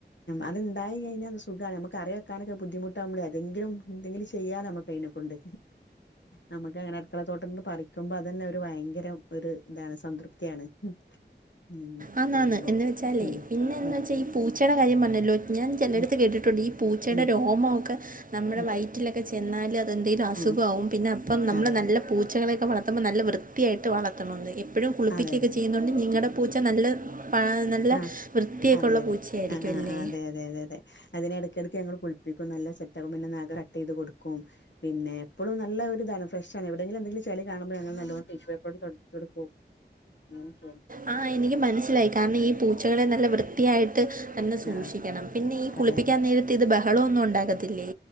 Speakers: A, on the left (about 80°); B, on the right (about 50°).
A: അത് ഉണ്ടായി കഴിഞ്ഞാൽത് സുഖമാണ് നമുക്ക് കെറിവെക്കാനൊക്കെ ബുദ്ധിമുട്ട് ളെ അതെങ്കിലും എന്തെങ്കിലും ചെയ്യാ നമക്ക് അയിനെക്കൊണ്ട് നമുക്ക് അങ്ങനെ അടുക്കള തോട്ടംന്ന് പറിക്കുമ്പോ അത് തന്നെ ഒരു ഭയങ്കര ഒരു ഇതാണ് സംതൃപ്തിയാണ് ഉം
B: ആന്നാണ്
A: ചെയ്യുമ്പോ
B: എന്ന് വെച്ചാലേ
A: ഉം
B: പിന്നെ
A: ഉം
B: വെച്ചാൽ ഈ പൂച്ചയുടെ കാര്യം പറഞ്ഞല്ലോ ഞാൻ ചിലടുത്ത്
A: ഉം
B: കേട്ടിട്ടുണ്ട് ഈ പൂച്ചയുടെ
A: ഉം
B: രോമൊക്കെ നമ്മുടെ
A: ഉം
B: വൈറ്റിലൊക്കെ ചെന്നാൽ അതെന്തെങ്കിലും അസുഖമാകും
A: ഉം
B: പിന്നെ അപ്പം നമ്മള്
A: അതെ
B: നല്ല
A: അതെ
B: പൂച്ചകളൊക്കെ വളർത്തുമ്പോൾ നല്ല വൃത്തിയായിട്ട് വളർത്തണന്ന് എപ്പോഴും കുളിപ്പിക്കുകൊക്കെ
A: അതെ അതെ അതെ
B: ചെയ്യുന്നുണ്ട് നിങ്ങടെ പൂച്ച നല്ല നല്ല
A: ആഹ്
B: വൃത്തിയൊക്കെ
A: അതെ
B: ഉള്ള
A: അതെ
B: പൂച്ചയായിരിക്കും
A: ആഹ് ആഹ്
B: അല്ലേ
A: അതെ അതെ അതെതെ അതിണെ ഇടക്കിടയ്ക്ക് ഞങ്ങൾ കുളിപ്പിക്കും നല്ല സെറ്ററൂം പിന്നെ നഖ കട്ട് ചെയ് കൊടുക്കും പിന്നെ എപ്പളും നല്ല ഒരു ഇതാണ് ഫ്രഷാണ് എവിടെയെില എന്തെില ചി കാണുമ്പോ നല്ലോണം ടിഷ്യൂ പേപ്പറോട് കൊടുക്കോ <inaudible>
B: ആഹ് എനിക്ക് മനസ്സിലായി കാരണം ഈ പൂച്ചകളെ നല്ല വൃത്തിയായിട്ട് എന്നന്നെ സൂക്ഷിക്കണം
A: ആഹ്
B: പിന്നെ ഈ കുളിപ്പിക്കാൻ
A: അതെ അതെ
B: നേരത്തി ഇത് ബഹളോന്നും ഉണ്ടാകത്തില്ലേ